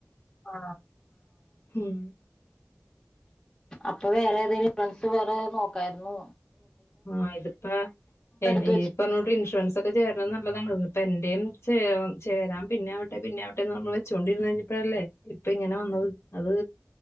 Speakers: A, on the left (about 15°); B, on the left (about 60°).
A: ആ
B: ഹും
A: അപ്പൊ വേറെ ഏതേലും ഫ്രണ്ട്സ് വേറെ ഏതേലും നോക്കാരുന്നു
B: ആഹ ഇതിപ്പ ഇനിയിപ്പോട്ട്
A: എടുത്ത് വെച്ച്
B: ഇൻഷുറൻസ് ഒക്കെ ചെയ നല്ലതാണ് ഇപ്പ എന്റെയും ചേ ചേരാൻ പിന്നാവട്ടെ പിന്നെ ആവട്ടെന്ന് പറഞ്ഞ് വെച്ചോണ്ടിരുന്നു കഴിഞ്ഞപ്പഴല്ലേ ഇപ്പ ഇങ്ങനെ വന്നത് അത്